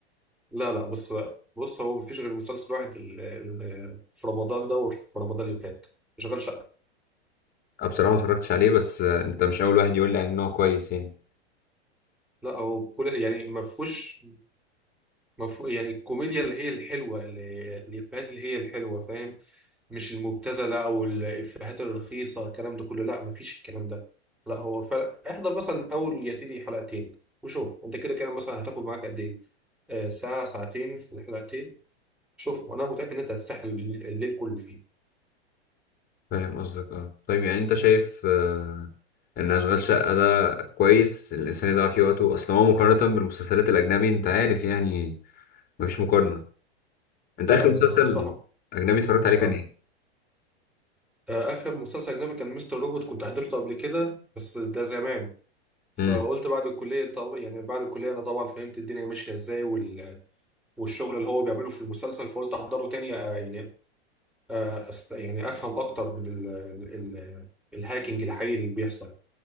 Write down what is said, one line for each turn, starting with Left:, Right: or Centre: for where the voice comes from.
Centre: لا لا بص بص هو مفيش غير مسلسل واحد ال- ال- في رمضان ده وفي رمضان اللي فات شغال شقة
Left: أنا بصراحة ما اتفرجتش عليه بس آه، أنت مش أول واحد يقول لي عليه إن هو كويس يعني
Centre: لا هو كل يعني ما فيهوش ما فيه- يعني الكوميديا اللي هي الحلوة اللي الإفيهات اللي هي الحلوة فاهم مش المبتذله او الافيهات الرخيصه الكلام ده كله لا مفيش الكلام ده لا هو فعلا احضر مثلا اول يا سيدي حلقتين وشوف انت كده كده مثلا هتاخد معاك قد ايه آه، ساعه ساعتين في الحلقتين شوف وانا متاكد ان انت هتستحمل الليل الليل كله فيه
Left: فاهم قصدك أه طيب يعني أنت شايف آه، إن أشغال شقة ده كويس الإنسان يضيع فيه وقته أصل هو مقارنة بالمسلسلات الأجنبي أنت عارف يعني مفيش مقارنة أنت
Centre: لا
Left: آخر مسلسل
Centre: لا لا انصحك
Left: أجنبي اتفرجت عليه كان
Centre: آه.
Left: إيه؟
Centre: آه، اخر مسلسل اجنبي كان مستر روبوت كنت حضرته قبل كده بس ده زمان فقلت
Left: امم
Centre: بعد الكليه طب يعني بعد الكليه انا طبعا فهمت الدنيا ماشيه ازاي وال... والشغل اللي هو بيعمله في المسلسل فقلت احضره تاني آه، يعني آه، أست... يعني افهم اكتر من ال... ال... ال- الهاكينج الحقيقي اللي بيحصل